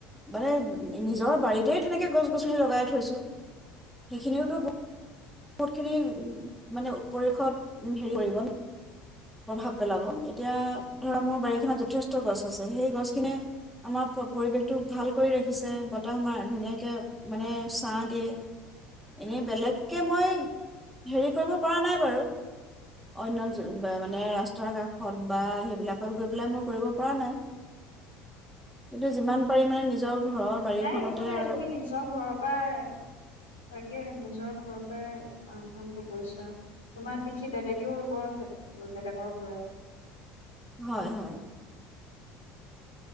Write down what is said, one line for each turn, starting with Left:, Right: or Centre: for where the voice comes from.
Centre: মানে নিজৰ বাৰীতেই তেনেকে গছ গছনি লগাই থৈছো সেইখিনিওতো মোৰখিনি উ মানে পৰিৱেশত হেৰি কৰিব প্ৰভাৱ পেলাব এতিয়া ধৰা মোৰ বাৰীখনত প্ৰভাৱ পেলাব যথেষ্ট গছ আছে সেই গছখিনি আমাৰ পৰিৱেশটো ভাল কৰি ৰাখিছে বতাহ আমাৰ ধুনীয়াকে মানে ছাঁ দিয়ে এনেই বেলেগ তাকে মই হেৰি কৰিব পৰা নাই বাৰু অন্য মানে ৰাস্তাৰ কাষত বা সেইবিলাকত গৈ পেলাই মই কৰিব পৰা নাই কিন্তু যিমান পাৰি মানে নিজৰ ঘৰৰ বাৰীখনতে
Left: নাই একো নাই
Centre: আৰু
Left: তুমি নিজৰ ঘৰৰ পৰা তাকে নি নিজৰ ঘৰ পৰাই আৰম্ভণিটো কৰিছা তোমাক দিখি বেলেগেও ৰুব বেলেগৰ ঘৰত
Centre: হয় হয়